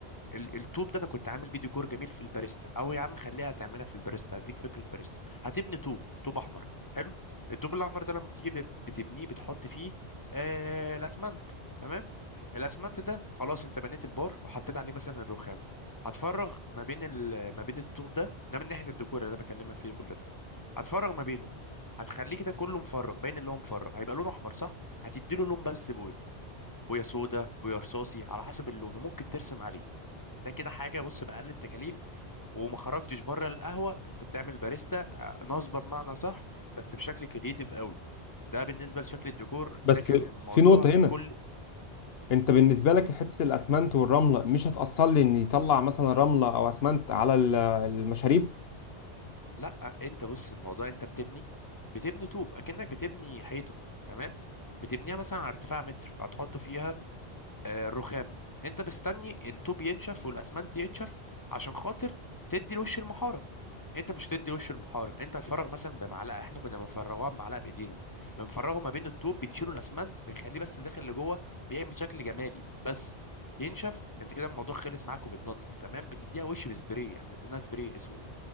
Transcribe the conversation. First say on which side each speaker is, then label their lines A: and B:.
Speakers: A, on the left; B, on the left.
A: ال- التوب ده انا كنت عامل فيديو كور جميل في الباريستا او يا عم خليها تعملها في الباريستا هديك فكره باريستا هتبني توب توب احمر حلو التوب الاحمر ده لما تيجي بت- بتبنيه بتحط فيه آه الاسمنت تمام الاسمنت ده خلاص انت بنيت البار وحطيت عليه مثلا الرخام هتفرغ ما بين ال... ما بين الطوب ده ده من ناحيه الديكور اللي انا بكلمك فيه كل ده هتفرغ ما بينه هتخليه كده كله مفرغ باين اللي هو مفرغ هيبقى لونه احمر صح هتديله لون بس بويا بويا سودا بويا رصاصي على حسب اللون وممكن ترسم عليه ده كده حاجه بص باقل التكاليف وما خرجتش بره القهوه انت بتعمل باريستا آه، نصبه بمعنى صح بس بشكل كرييتيف قوي ده بالنسبه لشكل الديكور
B: بس
A: ده كان موضوع
B: في نقطه هنا
A: كل
B: انت بالنسبه لك حته الاسمنت والرمله مش هتاثر لي ان يطلع مثلا رمله او اسمنت على ال- المشاريب
A: لا انت بص الموضوع انت بتبني بتبني طوب اكنك بتبني حيطه تمام بتبنيها مثلا على ارتفاع متر هتحط فيها آه، الرخام انت مستني الطوب ينشف والاسمنت ينشف عشان خاطر تدي الوش المحاره انت مش تدي وش المحاره انت هتفرغ مثلا بمعلقه احنا كنا بنفرغوها بمعلقه بايدينا بنفرغه ما بين الطوب بنشيله الاسمنت بنخليه بس داخل لجوه بيعمل شكل جمالي بس ينشف انت كده الموضوع خلص معاك وبتنضف تمام بتديها وش بسبراي احنا اديناها سبراي اسود